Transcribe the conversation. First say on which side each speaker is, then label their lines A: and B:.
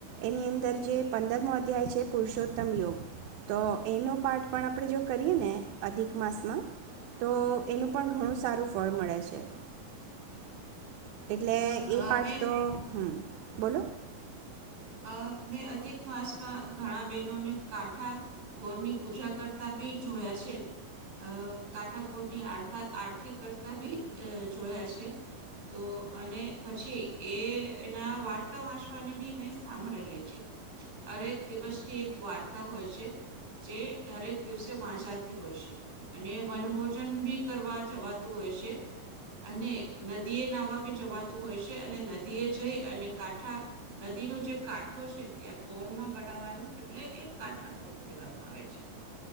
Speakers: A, on the right (about 80°); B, on the right (about 65°).
A: એની અંદર જે પંદરમો અધ્યાય છે પુરુષોત્તમ યોગ. તો એનો પાઠ પણ આપણે જો કરીએ ને અધિક માસમાં તો એનું પણ ઘણું સારું ફળ મળે છે. એટલે
B: હા
A: એ પાઠ
B: મેં
A: તો, હમ્મ. બોલો.
B: અ મેં અધિક માસમાં ઘણા બહેનોને કાંઠા કોરની પૂજા કરતા બી જોયા છે. અ કાંઠા કોરની આરતા આરતી કરતા બી અ જોયા છે તો અને પછી એ એના વાર્તા વાંચવાની બી મેં સાંભળેલી છે. હરેક દિવસની એક વાર્તા હોય છે જે હરેક દિવસે વાચાતી હોય છે અને વન ભોજન બી કરવા જવાતું હોય છે અને નદી એ નાહવા બી જવાતું હોય છે અને નદી એ જઈ અને કાંઠા નદીનું જે કાઠો છે ત્યાં ગોરમાં બનાવવાનું એટલે એ કાઠાકોર કહેવામાં આવે છે.